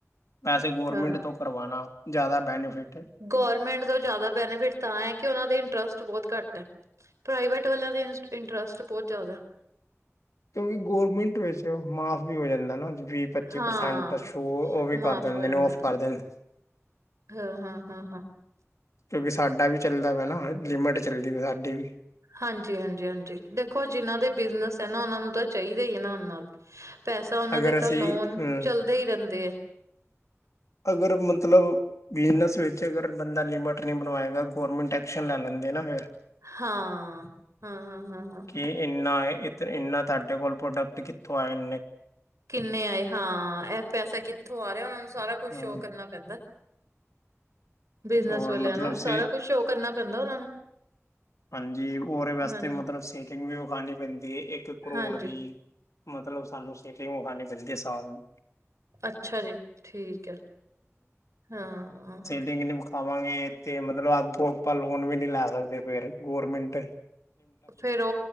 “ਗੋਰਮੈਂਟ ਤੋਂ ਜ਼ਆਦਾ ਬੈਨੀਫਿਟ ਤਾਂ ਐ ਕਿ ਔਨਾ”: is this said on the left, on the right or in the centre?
Right